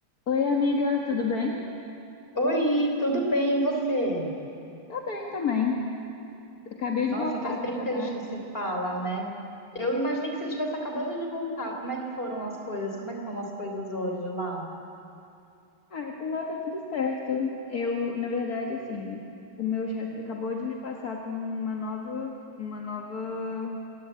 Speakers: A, on the left; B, on the left.
A: Oi, amiga, tudo bem?
B: Oi, tudo bem, e você?
A: Tá bem também. Acabei
B: Nossa,
A: de voltar
B: faz
A: do
B: tempo
A: trabalho.
B: que a gente não se fala, né? Eu imaginei que você estivesse acabando de voltar. Como é que foram as coisas? Como é que estão as coisas hoje lá?
A: Ai, por lá tá tudo certo. Eu, na verdade, assim, o meu chefe acabou de me passar para uma nova, uma nova,